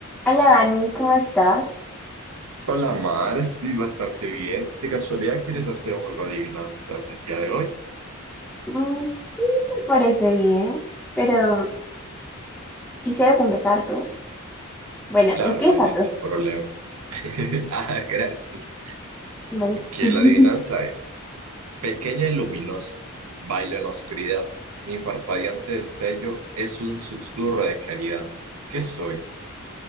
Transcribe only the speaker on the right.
Hola Mar, estoy bastante bien. ¿De casualidad quieres hacer un juego de adivinanzas el día de hoy?
Claro,
no hay ningún
problema. <laughs> Ah, gracias.
Que
la adivinanza es pequeña y luminosa, bailo en la oscuridad. Mi parpadeante destello es un susurro de claridad. ¿Qué soy?